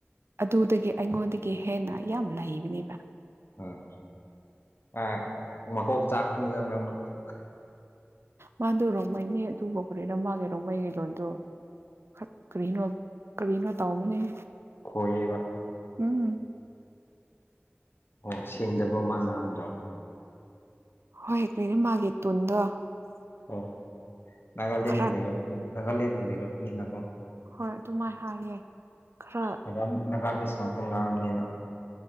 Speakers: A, on the right; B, on the left.
A: ꯑꯗꯨꯗꯒꯤ ꯑꯩꯉꯣꯟꯗꯒꯤ ꯍꯦꯟꯅ ꯌꯥꯝ ꯂꯩꯕꯅꯦꯕ
B: ꯍꯣꯏ ꯀꯥꯢ ꯃꯀꯣꯛ ꯆꯥꯛꯄꯅꯤꯅ ꯃꯔꯝ ꯃꯔꯛꯇ
A: ꯃꯥꯗꯣ ꯔꯣꯡꯃꯩꯅꯦ ꯑꯗꯨꯕꯨ ꯀꯔꯤꯔ ꯃꯥꯒꯤ ꯔꯣꯡꯃꯩꯒꯤ ꯂꯣꯟꯗꯣ ꯍꯠ ꯀꯔꯤꯅꯣ ꯀꯔꯤꯅꯣ ꯇꯥꯎꯕꯅꯦꯍꯦ
B: ꯈꯣꯢꯌꯦꯕ
A: ꯎꯝ
B: ꯑꯣ ꯁꯦꯡꯗꯕ꯭ꯔꯣ ꯃꯥ ꯉꯥꯡꯕꯗꯣ
A: ꯍꯣꯏ ꯀꯔꯤꯅꯣ ꯃꯥꯒꯤ ꯇꯣꯟꯗꯣ
B: ꯑꯣ ꯅꯥꯒꯥꯂꯦꯟꯗ
A: ꯈꯔ
B: ꯂꯩꯔꯛꯄꯅꯤ ꯅꯥꯒꯥꯂꯦꯟꯗ ꯂꯩꯔꯛꯄꯅꯤꯅꯀꯣ
A: ꯍꯣꯏ ꯑꯗꯨꯃꯥꯏꯅ ꯍꯥꯏꯌꯦ ꯈꯔ
B: ꯅꯒꯥꯝ ꯅꯒꯥꯃꯤꯁ ꯉꯥꯛꯇ ꯉꯥꯡꯕꯅꯤꯅ ꯑꯥ